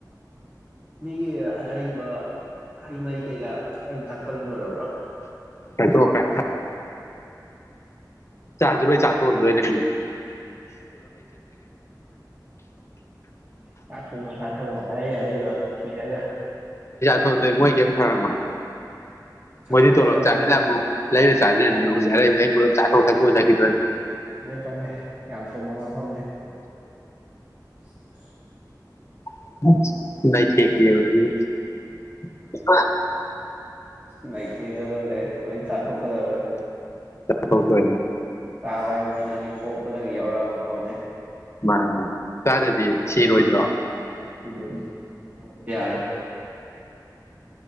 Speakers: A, on the right; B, on the left.
A: ꯃꯤꯒꯤ ꯑꯔꯩꯕ ꯍꯩ ꯃꯍꯩ ꯀꯩꯀꯥꯇꯪ ꯊꯛꯄꯗ ꯂꯣꯏꯔꯕ꯭ꯔꯥ
B: ꯊꯥꯡꯇꯣꯛꯈ꯭ꯔꯦ ꯆꯥꯖ ꯆꯥꯛꯀꯣꯗꯅꯦ
A: ꯆ ꯊꯣꯡ ꯃꯨ ꯁꯥꯥ ꯊꯣꯡꯨ ꯑꯔꯩ ꯑꯔꯩꯕ ꯊꯤꯔꯒ
B: ꯇꯗꯦ ꯃꯣꯏꯒꯦꯟꯟ ꯍꯥꯏꯔ ꯃꯥꯦ
A: ꯆꯥꯊꯣꯛꯀꯗꯕꯅꯦ
B: ꯃ ꯇꯣꯂꯣ ꯆꯥꯡꯂ ꯑꯃ ꯂꯥꯏꯔ ꯁꯥꯖꯦꯅꯦ ꯌꯥ ꯀ ꯆꯥꯀ ꯊꯀ ꯆꯗ
A: ꯆꯃꯦ ꯀꯝ ꯆꯣ ꯃꯃꯥ ꯐꯥꯎꯅꯦ <unintelligible>
B: ꯦ ꯌꯦ ꯑ
A: ꯅ ꯊꯒꯗꯔꯦ ꯁꯥꯊꯣꯛꯀꯔꯣꯦ
B: ꯐ ꯇ
A: ꯌꯥꯕ ꯍꯥꯏꯕꯁꯤ ꯅꯪꯒꯤ ꯄꯣꯛꯄꯗꯒꯤ ꯌꯥꯎꯔꯛꯑꯕ ꯄꯣꯠꯅꯤ
B: ꯃꯥꯅꯦ ꯆꯥꯗꯗꯤꯌꯦ ꯁꯤꯔꯣꯏꯗ꯭ꯔꯣ
A: ꯏꯗꯗꯤ ꯑ ꯌꯥꯔꯦ